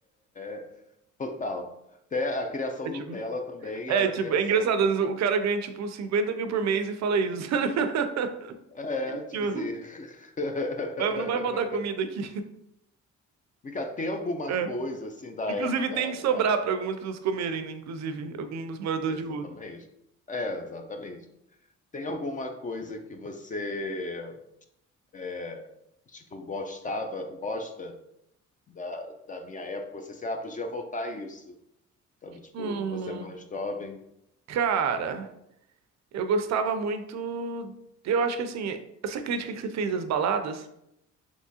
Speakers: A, on the left; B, on the right.
A: é, é, é, é, total. Até a criação
B: É
A: Nutella
B: tipo,
A: também,
B: é
A: a criação.
B: tipo, é engraçado, às vezes o cara ganha tipo 50 mil por mês e fala isso. <laughs>
A: É,
B: Tipo,
A: tipo assim. <laughs>
B: "Mas Não vai faltar comida aqui.
A: Mica, tem alguma
B: É.
A: coisa, assim, da
B: Inclusive
A: época
B: tem que sobrar
A: da.
B: pra algumas pessoas comerem, né? Inclusive, alguns moradores
A: Exatamente.
B: de rua.
A: É, exatamente. Tem alguma coisa que você, é, tipo, gostava, gosta da, da minha época? Você, assim, ah, podia voltar a isso. sabe? Tipo,
B: Hum,
A: você é mais jovem.
B: cara, eu gostava muito. Eu acho que assim, essa crítica que você fez das baladas.